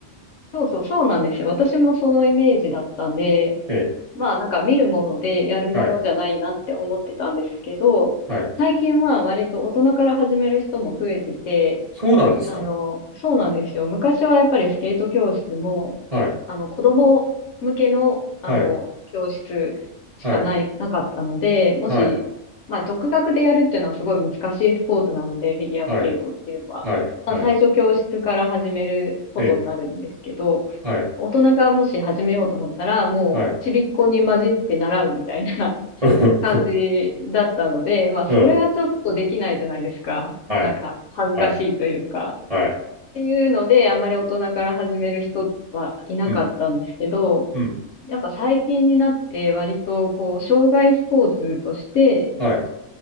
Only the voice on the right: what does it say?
え
え、はい、はい。
そうなんですか
はい、
はい、
はい、
はい。
はい、はい、
はい、
ええ、はい、
はい、
<laughs>
うん、うん、はい、
はい、はい、
うん、うん、
はい、